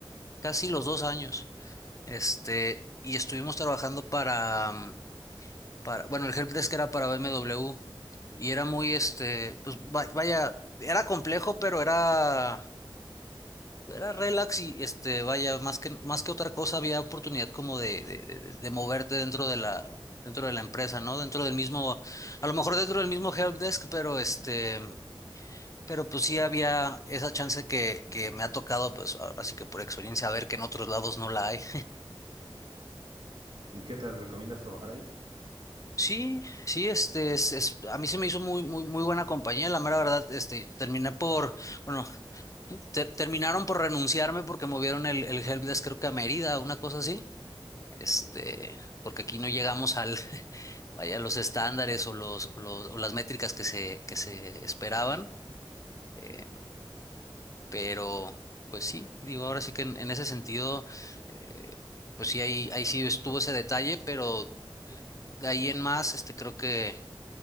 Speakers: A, on the left; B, on the right.
A: casi los dos años. Este, y estuvimos trabajando para, mm, para, bueno, el helpdesk era para BMW y era muy, este, pues va- vaya, era complejo, pero era, era relax y, este, vaya, más que, más que otra cosa había oportunidad como de, de, de, de moverte dentro de la, dentro de la empresa, ¿no? Dentro del mismo, a lo mejor dentro del mismo helpdesk, pero este, pero pues sí había esa chance que, que me ha tocado, pues, así que por experiencia, a ver que en otros lados no la hay.
B: ¿Y qué tal? ¿Recomiendas trabajar ahí?
A: Sí, sí, este, es, es- a mí se me hizo muy, muy, muy buena compañía, la mera verdad, este, terminé por, bueno, <laughs> te- terminaron por renunciarme porque movieron el, el helpdesk creo que a Mérida, una cosa así, este, porque aquí no llegamos al, <laughs> vaya, los estándares o los, o los- o las métricas que se, que se esperaban, eh, pero, pues sí, digo, ahora sí que en, en ese sentido, eh, pues sí, ahí, ahí sí estuvo ese detalle, pero eh, de ahí en más, este, creo que